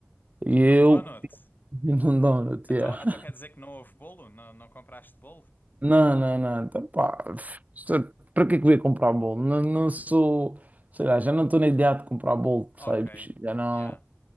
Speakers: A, on the right; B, on the left.
A: E eu,
B: Num donut.
A: <laughs> num donut,
B: Então,
A: yeah.
B: então quer dizer que não houve bolo? Não, não compraste bolo?
A: Não, não, não. Então, pá, se- para que é que eu ia comprar bolo? Não, não sou, sei lá, já não estou na ideia de comprar bolo, percebes?
B: Ok.
A: Já não,
B: Yeah.